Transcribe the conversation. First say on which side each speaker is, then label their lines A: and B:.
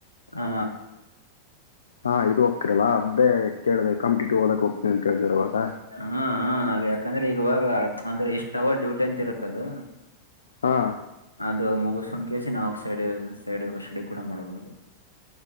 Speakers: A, on the left (about 80°); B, on the left (about 70°).
A: ಹಾ
B: ಹಾ ಇದು ಹೋಗ್ಕಿರಲ್ಲಾ ಅದೇ ಕೇಳಿದೆೆ ಕಂಪಿಟ್ ಹಓದಕಕ್ ಹೋಗತನಿ ಅಂತ ಹೇಳಿದಾರೆ ಅವವಾಗ
A: ಹ್ಮ ಹಾ ಅದ ಯಾಕಂದ್ರೆ ಈಗ ಇವಾಗ ಆದ್ರೆ ಇಷ್ಟ್ ಅವರ್ ಡ್ಯೂಟಿ ಅಂತ ಇರುತ್ತ ಅದು
B: ಹಾ
A: ಅದು ಮುಗಸೊಂಡ ಕಸಿ ನಾವುಕ್ ಸೈಡ್ ಸೈಡ್ ವ ಶಡಿ ಕೂಡ ಮಾಡಬದು